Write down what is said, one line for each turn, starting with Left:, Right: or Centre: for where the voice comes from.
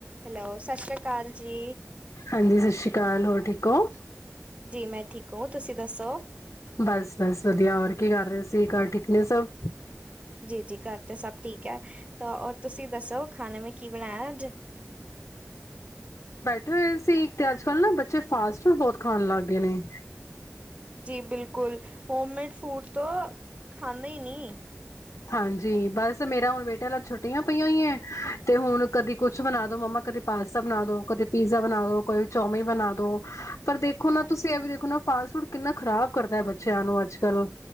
Right: Hello, ਸਸ ਸ੍ਰੀ ਅਕਾਲ ਜੀ।
Left: ਹਾਂਜੀ ਸਸ਼ ਸ਼੍ਰੀ ਅਕਾਲ, ਹੋਰ ਠੀਕ ਹੋ?
Right: ਜੀ ਮੈਂ ਠੀਕ ਹੂ। ਤੁਸੀਂ ਦੱਸੋ?
Left: ਬਸ ਬਸ ਵਧੀਆ ਹੋਰ ਕੀ ਕਰ ਰਹੇ ਸੀ? ਘਰ ਠੀਕ ਨੇ ਸਭ।
Right: ਜੀ-ਜੀ ਘਰ ਤੇ ਸਭ ਠੀਕ ਐ ਤਾਂ ਔਰ ਤੁਸੀਂ ਦੱਸੋ? ਖਾਣੇ ਮੇ ਕੀ ਬਣਾਇਆ ਅੱਜ?
Left: ਠੇ ਹੋਏ ਸੀ, ਇੱਕ ਤੇ ਅੱਜ -ਕੱਲ ਨਾ ਬੱਚੇ ਫਾਸਟ ਫ ਬਹੁਤ ਖਾਣ ਲੱਗ ਗਏ ਨੇ।
Right: ਜੀ ਬਿਲਕੁਲ ਹੋਮ ਮੇਡ ਫੂਡ ਤੋਂ ਖਾਂਦੇ ਹੀ ਨੀ।
Left: ਹਾਂਜੀ, ਬਸ ਮੇਰਾ ਹੁਣ ਬੇਟਾ ਨੇ ਛੁੱਟੀਆਂ ਪਈਆਂ ਹੋਈ ਹੈ ਤੇ ਹੁਣ ਕਦੀ ਕੁਛ ਬਣਾ ਦੋ ਮੰਮਾ ਕਦੇ ਪਾਸਤਾ ਬਣਾ ਦੋ, ਕਦੇ ਪੀਜ਼ਾ ਬਣਾ ਦੋ, ਕਦੇ ਚੋਮੀਨ ਬਣਾ ਦੋ, ਪਰ ਦੇਖੋ ਨਾ ਤੁਸੀਂ ਐ ਵੀ ਦੇਖੋ ਨਾ ਫਾਸਟ ਫੂਡ ਕਿੰਨਾ ਖਰਾਬ ਕਰਦਾ ਬੱਚਿਆਂ ਨੂੰ ਅੱਜ- ਕੱਲ੍ਹ।